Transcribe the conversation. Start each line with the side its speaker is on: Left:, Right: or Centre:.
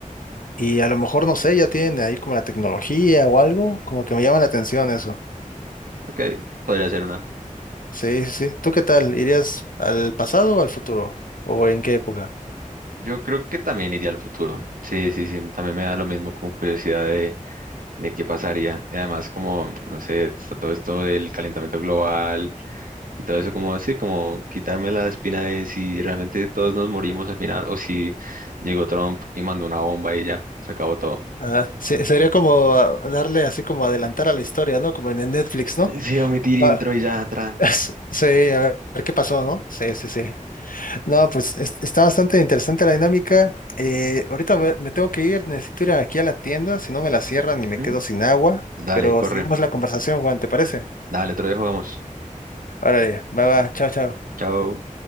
Left: y a lo mejor, no sé, ya tienen ahí como la tecnología o algo, como que me llama la atención eso.
Right: Ok, podría ser una.
Left: Sí, sí, sí. ¿Tú qué tal? ¿Irías al pasado o al futuro? ¿O en qué época?
Right: Yo creo que también iría al futuro. Sí, sí, sí. También me da lo mismo como curiosidad de, de qué pasaría. Y además como, no sé, está todo esto del calentamiento global y todo eso como así, como quitarme la espina de si realmente todos nos morimos al final o si llegó Trump y mandó una bomba y ya, se acabó todo.
Left: Ah, se- sería como ah, darle así como adelantar a la historia, ¿no? Como en el Netflix, ¿no?
Right: Sí, omitir intro
Left: Va-
Right: y ya, tran.
Left: <laughs> Sí, a ver qué pasó, ¿no? Sí, sí, sí. No, pues es- está bastante interesante la dinámica. Eh, ahorita voy- me tengo que ir, necesito ir aquí a la tienda, si no me la cierran y me
Right: ¿Mm?
Left: quedo sin agua.
Right: Dale,
Left: Pero
Right: corre.
Left: seguimos la conversación, Juan, ¿te parece?
Right: Dale, otro día jugamos.
Left: Órale, va, va, chao, chao.
Right: Chao.